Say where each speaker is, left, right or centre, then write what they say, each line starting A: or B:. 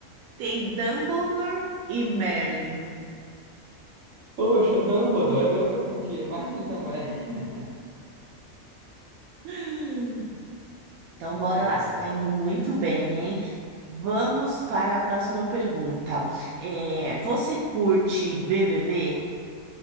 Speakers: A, on the right; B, on the right.
A: tem Dumbledore e Merlin.
B: Poxa, Dumbledore é de outra franquia, <laughs> mas ele também. <laughs>
A: <laughs> Então,
B: Ah,
A: bora
B: engraçado.
A: lá, você tá indo muito bem, hein? Vamos para a próxima pergunta. É, você curte BBB?